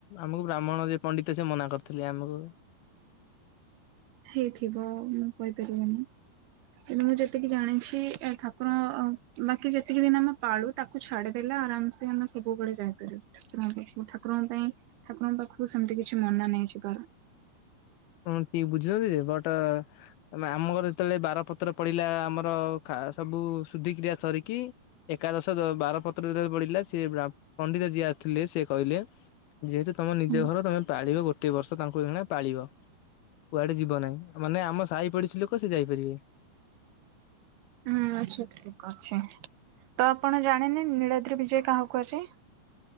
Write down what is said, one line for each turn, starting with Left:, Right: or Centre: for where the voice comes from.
Left: ଆମକୁ ବ୍ରାହ୍ମଣ ଯେ ପଣ୍ଡିତ ସେ ମନା କରିଥିଲେ ଆମକୁ
Right: ହେଇଥିବ ମୁଁ କହିପାରିବନି। କିନ୍ତୁ ମୁଁ ଯେତିକି ଜାଣିଛି ଏ ଠାକୁର ଅ ବାକି ଯେ ଯେତିକି ଦିନ ଆମେ ପାଳୁ ତାକୁ ଛାଡ଼ିଦେଲେ ଆରାମସେ ଆମେ ସବୁବେଳେ ଯାଇପାରିବୁ ଠାକୁରଙ୍କ ପାଖକୁ ଠାକୁରଙ୍କ ପାଇଁ ଠାକୁରଙ୍କ ପାଖକୁ ସେମିତି କିଛି ମନା ନାଇଁ ଯିବାର।
Left: ହଁ କି ବୁଝୁଛନ୍ତି ଯେ ବଟ ଆମ ଘରେ ଯେତେବେଳେ ବାର ପତ୍ରପଡ଼ିଲା ଆମର ସବୁ ଶୁଧିକ୍ରିୟା ସରିକି ଏକାଦଶ ବାରପତ୍ର ଯେତେବେଳେ ପଡ଼ିଲା ସେ ବ୍ରାହ୍ମ ପଣ୍ଡିତ ଯିଏ ଆସିଥିଲେ ସେ କହିଲେ। ଯେହେତୁ ତମ ନିଜ
Right: ହୁଁ
Left: ଘର ତମେ ପାଳିବ ଗୋଟେ ବର୍ଷ ତାଙ୍କୁ ଜଣେ ପାଳିବ। କୁଆଡ଼େ ଯିବ ନାହିଁ ମାନେ ଆମ ସାହି ପୋଡ଼ିଶା ଲୋକ ସେ ଯାଇପାରିବେ।
Right: ହୁଁ ଆଛା ଠିକ ଅଛି। ତ ଆପଣ ଜାଣିନେ ନୀଳଦ୍ରି ବିଜୟ କାହାକୁ କୁହାଯାଏ?